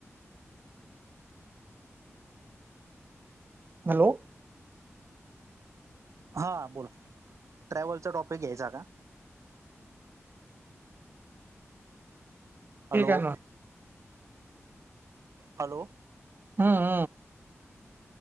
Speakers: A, on the right; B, on the right.
A: हॅलो.
B: हा बोला ट्रॅव्हलचा टॉपिक घ्यायचा का? हॅलो
A: ठीक आहे ना.
B: हॅलो.
A: हां.